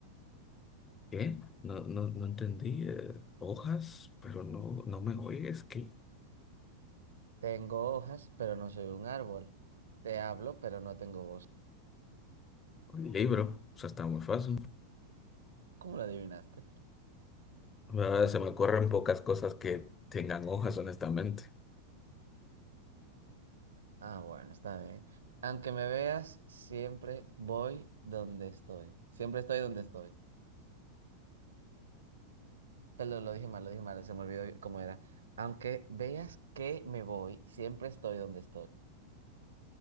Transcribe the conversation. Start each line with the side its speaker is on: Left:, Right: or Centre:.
Left: ¿Qué? No, no, no entendí. eh, hojas, pero no, no me oyes. ¿Qué?
Right: Tengo hojas, pero no soy un árbol. Te hablo, pero no tengo voz.
Left: Un libro. O sea, está muy fácil.
Right: ¿Cómo lo adivinaste?
Left: Ahora se me ocurren pocas cosas que tengan hojas, honestamente.
Right: Ah, bueno, está bien. Aunque me veas, siempre voy donde estoy. Siempre estoy donde estoy. Pero lo dije mal, lo dije mal, se me olvidó cómo era. Aunque veas que me voy, siempre estoy donde estoy.